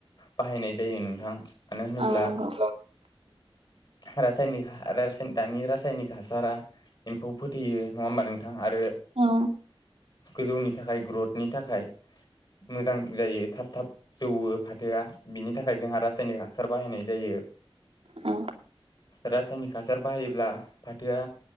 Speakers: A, on the left; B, on the right.
A: बाहायनाय जायो नोंथां मानो होनोब्ला
B: आ नंगौ
A: रासायनिक दानि रासायनिक हासारा एम्फौ फोथैयो नङा होमबा नों आरो
B: औ
A: गोजौनि थाखाय ग्रथनि थाखाय मोजां जायो थाब - थाब जौवो फाथोआ बिनि थाखाय जोंहा रासायनिक हासार बाहायनाय जायो
B: औ
A: रासायनिक हासार बाहायोब्ला फाथोआ